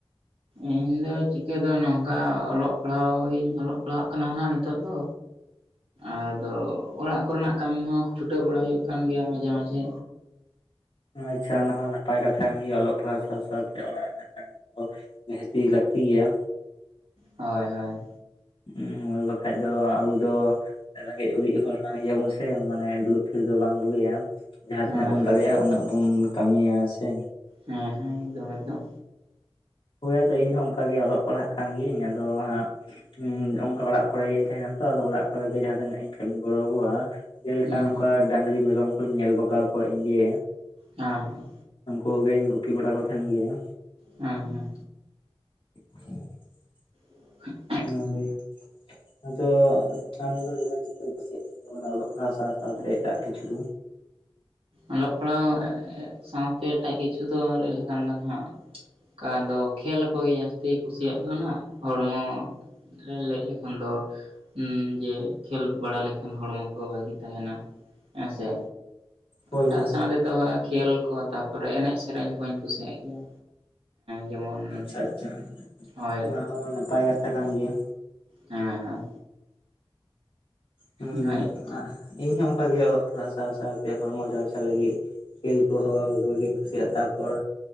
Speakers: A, on the right (about 70°); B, on the left (about 60°).
A: ᱤᱧ ᱫᱚ ᱪᱤᱠᱟᱹ ᱫᱚ ᱱᱚᱝᱠᱟ ᱚᱞᱚᱜ ᱯᱟᱲᱦᱟᱣ ᱜᱤᱧ ᱚᱞᱚᱜ ᱯᱟᱲᱦᱟᱚᱜ ᱠᱟᱱᱟ ᱦᱟᱸᱜ ᱱᱟᱜ ᱱᱤᱛᱚᱜ ᱫᱚ᱾ ᱟᱫᱚ ᱚᱲᱟᱜ ᱠᱚᱨᱮᱱᱟᱜ ᱠᱟᱹᱢᱤ ᱦᱚᱸ ᱪᱷᱩᱴᱟᱹᱣ ᱵᱟᱲᱟ ᱦᱩᱭᱩᱜ ᱠᱟᱱ ᱜᱮᱭᱟ ᱢᱟᱸᱡᱷᱮ ᱢᱟᱸᱡᱷᱮ,
B: ᱟᱪᱪᱷᱟ ᱚᱱᱟ ᱦᱚᱸ ᱱᱟᱯ ᱯᱟᱭ ᱠᱟᱛᱷᱟ ᱠᱟᱱ ᱜᱮᱭᱟ ᱚᱞᱚᱜ ᱯᱟᱲᱦᱟᱣ ᱥᱟᱶ ᱥᱟᱶᱛᱮ ᱚᱲᱟᱜ ᱨᱮᱱᱟᱜ ᱴᱟᱠᱟ ᱠᱚ ᱱᱤᱦᱟᱹᱛᱤ ᱞᱟᱹᱠᱛᱤ ᱜᱮᱭᱟ᱾
A: ᱦᱚᱭ ᱦᱚᱭ
B: ᱦᱩᱸ ᱦᱳᱭ ᱵᱟᱠᱷᱟᱡ ᱫᱚ ᱟᱵᱚ ᱫᱚ ᱨᱮᱸᱜᱮᱡ ᱩᱨᱤᱡ ᱦᱚᱲ ᱠᱟᱱ ᱜᱮᱭᱟᱵᱚᱱ ᱥᱮ ᱢᱟᱱᱮ ᱫᱩᱲᱩᱵ ᱛᱷᱤᱨ ᱫᱚ ᱵᱟᱝ ᱵᱩᱜᱤᱭᱟ᱾ ᱡᱟᱦᱟᱸ
A: ᱦᱳᱭ
B: ᱛᱤᱱᱟᱹᱜ ᱵᱚᱱ
A: ᱦᱳᱭ
B: ᱫᱟᱲᱮᱭᱟᱜᱼᱟ, ᱩᱱᱟᱹᱜ ᱵᱚᱱ ᱠᱟᱹᱢᱤᱭᱟ ᱥᱮ᱾
A: ᱦᱮᱸ ᱦᱮᱸ ᱮᱠᱫᱚᱢ ᱮᱠᱫᱚᱢ
B: ᱦᱳᱭ ᱟᱫᱚ ᱤᱧ ᱦᱚᱸ ᱚᱱᱠᱟᱜᱮ ᱚᱞᱚᱜ ᱯᱟᱲᱦᱟᱜ ᱠᱟᱱ ᱜᱤᱭᱟᱹᱧ ᱟᱫᱚ ᱦᱟᱸᱜ ᱦᱩᱸ ᱚᱱᱠᱟ ᱚᱲᱟᱜ ᱠᱚᱨᱮ ᱜᱤᱧ ᱛᱟᱦᱮᱸᱱᱟ ᱛᱚ ᱟᱫᱚ ᱚᱲᱟᱜ ᱠᱚᱨᱮᱜ ᱡᱟᱦᱟᱸ ᱛᱤᱱᱟᱹᱜ ᱤᱧ ᱠᱟᱹᱢᱤ ᱜᱚᱲᱚᱣᱟᱠᱚᱣᱟ᱾ ᱡᱮᱞᱮᱠᱟ
A: ᱦᱩᱸ
B: ᱱᱚᱝᱠᱟ
A: ᱦᱩᱸ
B: ᱰᱟᱝᱨᱤ ᱢᱮᱨᱚᱢ ᱠᱚᱧ ᱧᱮᱞ ᱵᱟᱜᱟᱣ ᱠᱚᱣᱟ ᱤᱧ ᱜᱮ᱾
A: ᱦᱟᱸ
B: ᱩᱱᱠᱩ ᱜᱤᱧ ᱜᱩᱯᱤ ᱵᱟᱲᱟ ᱠᱚ ᱛᱟᱦᱮᱱ ᱜᱮᱭᱟ᱾
A: ᱦᱢ ᱦᱢ
B: <inaudible>
A: <inaudible>
B: ᱚᱱᱟᱜᱮ ᱟᱫᱚ ᱟᱢᱫᱚ ᱤᱱᱟᱹᱝ ᱪᱮᱫᱠᱚᱢ ᱠᱩᱥᱤᱭᱟᱜ ᱛᱟᱦᱮᱸᱱᱟ ᱚᱞᱚᱜ ᱯᱟᱲᱦᱟᱜ ᱥᱟᱶ ᱥᱟᱶᱛᱮ ᱮᱴᱟᱜ ᱠᱤᱪᱷᱩ,
A: ᱚᱞᱚᱜ ᱯᱟᱲᱦᱟᱣ ᱥᱟᱶᱛᱮ ᱮᱴᱟᱜ ᱠᱤᱪᱷᱩ ᱫᱚ ᱞᱟᱹᱭ ᱞᱮᱠᱷᱟᱱ ᱫᱚ ᱱᱟᱦᱟᱸᱜ ᱚᱱᱠᱟᱫᱚ ᱠᱷᱮᱞ ᱠᱚᱜᱮ ᱡᱟᱹᱥᱛᱤ ᱠᱩᱥᱤᱭᱟᱜ ᱫᱚ ᱱᱟᱜ ᱦᱚᱲᱢᱚ ᱞᱮ ᱞᱮᱡ ᱞᱮᱠᱷᱟᱱ ᱫᱚ ᱦᱩᱸ ᱡᱮ ᱠᱷᱮᱞ ᱵᱟᱲᱟ ᱞᱮᱠᱷᱟᱱ ᱦᱚᱲᱢᱚ ᱠᱚ ᱵᱷᱟᱹᱜᱤ ᱛᱟᱦᱮᱱᱟ ᱦᱮᱸ ᱥᱮ᱾
B: ᱦᱳᱭ
A: ᱮᱴᱟᱜ
B: ᱦᱳᱭ
A: ᱥᱟᱶᱛᱮ ᱛᱚ ᱦᱚᱜ-ᱚᱭ ᱠᱷᱮᱞ ᱠᱚ ᱛᱟᱯᱚᱨᱮ ᱮᱱᱮᱡ ᱥᱮᱨᱮᱧ ᱠᱚᱧ ᱠᱩᱥᱤᱭᱟᱜ ᱜᱮᱭᱟ ᱡᱮᱢᱚᱱ
B: ᱟᱪᱪᱷᱟ ᱟᱪᱪᱷᱟ,
A: ᱦᱳᱭ
B: ᱚᱱᱟ ᱦᱚᱸ ᱱᱟᱯᱟᱭ ᱠᱟᱛᱷᱟ ᱠᱟᱱ ᱜᱮᱭᱟ᱾
A: ᱦᱮᱸ ᱦᱚᱭ
B: ᱦᱢ
A: ᱦᱳᱭ
B: ᱤᱧᱦᱚᱸ ᱚᱱᱠᱟᱜᱮ ᱚᱞᱚᱜ ᱯᱟᱲᱦᱟᱜ ᱥᱟᱶ ᱥᱟᱶᱛᱮ ᱦᱚᱲᱢᱚ ᱪᱟᱨᱪᱟᱣ ᱞᱟᱹᱜᱤᱫ ᱠᱷᱮᱹᱞ ᱠᱚᱦᱚᱸ ᱜᱟᱹᱡᱤᱧ ᱠᱩᱥᱤᱭᱟᱜᱼᱟ ᱛᱟᱯᱚᱨ᱾